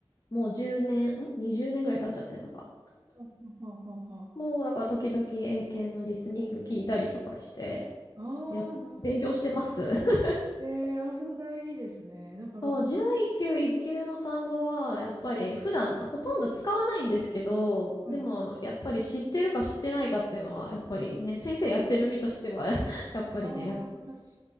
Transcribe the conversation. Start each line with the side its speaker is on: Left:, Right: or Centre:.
Left: もう10年、ん ?20 年ぐらい経っちゃってるのか。
Right: ははははは。
Left: もうだから時々英検のリスニング聞いたりとかして、
Right: ああ、
Left: や、
Right: なるほど。
Left: 勉強してます。<laughs>
Right: えー、あ、それ大事ですね。だから、
Left: もう準一級、一級の単語は、やっぱり普段ほとんど使わないんですけど、
Right: はい。
Left: でもやっぱり知ってるか知ってないかっていうのは、やっぱりね、先生やってる身としては <laughs> やっぱりね、
Right: ああ、
Left: やっ
Right: 確か、